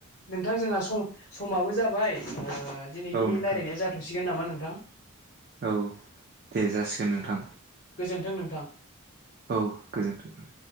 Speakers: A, on the left; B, on the right.
A: नोंथां जोंहा सम समाबो जाबाय ओ दिनैनि
B: औ नोंथां
A: रायज्लायनाया जाथसिगोन नामा नोंथां?
B: औ दे जासिगोन नोंथां
A: औ औ गोजोन्थों नोंथां।
B: औ गोजोनथों।